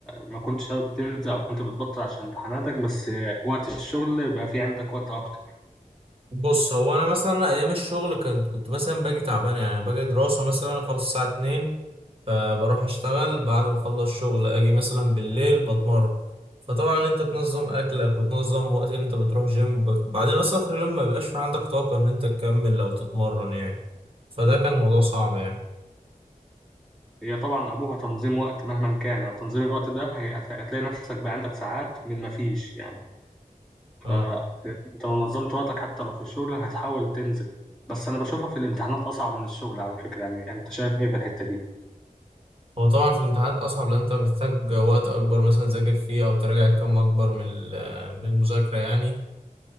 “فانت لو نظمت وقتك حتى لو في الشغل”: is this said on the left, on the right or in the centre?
Centre